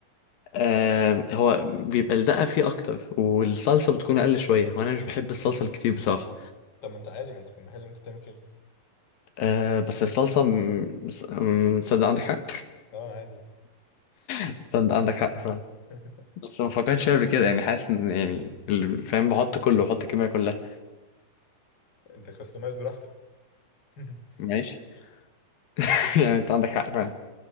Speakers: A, on the left; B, on the left.
A: آه هو بيبقى الدقه فيه اكتر والصلصه بتكون اقل شويه وانا مش بحب الصلصه الكتير بصراحه
B: طب ما انت عادي ما انت في المحل ممكن تعمل كده
A: أه بس الصلصة م- بس- م- تصدق عندك حق <laughs>
B: اه عادي
A: تصدق عندك حق فعلا
B: <laughs>
A: بس ما فكرتش فيها قبل كده يعني حاسس ان يعني اللي فاهم بحط كله بحط الكمية كلها
B: انت كاستمايز براحتك <laughs>
A: ماشي <laughs> يعني انت عندك حق فعلا